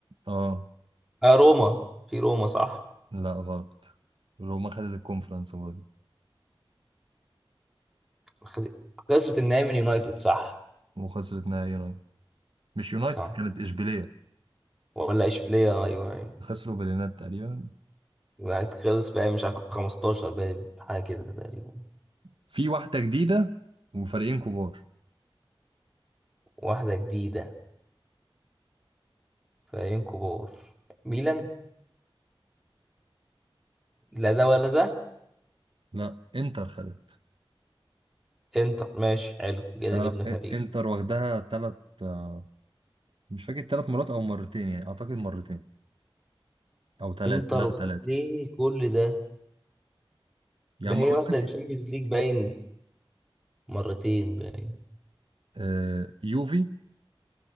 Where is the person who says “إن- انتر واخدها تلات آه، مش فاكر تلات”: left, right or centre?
Right